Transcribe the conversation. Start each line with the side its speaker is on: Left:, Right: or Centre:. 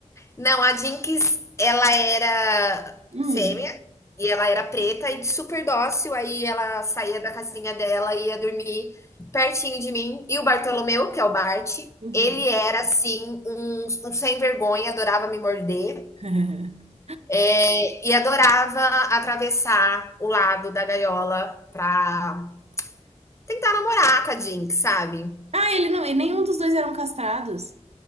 Left: Não, a Jinx, ela era
Right: Hum,
Left: fêmea e ela era preta e super dócil. Aí ela saía da casinha dela e ia dormir pertinho de mim. E o Bartolomeu, que é o Bart,
Right: uhum.
Left: ele era assim, um, um sem vergonha, adorava me morder
Right: <laughs>
Left: é, e adorava atravessar o lado da gaiola pra tentar namorar com a Jinx, sabe?
Right: Ah, ele não, e nenhum dos dois eram castrados.